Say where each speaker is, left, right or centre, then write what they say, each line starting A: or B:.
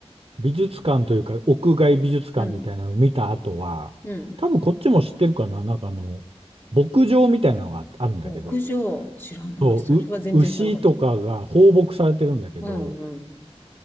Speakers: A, on the right; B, on the left.
A: 美術館というか、屋外美術館みたいなのを見た後は、
B: うん。うん。
A: 多分こっちも知ってるかな、なんかあの、牧場みたいなのがあるんだけど、
B: 屋上、知らない。
A: そう、
B: それは全然知らなかった。
A: う、牛とかが放牧されてるんだけど、
B: うんうん。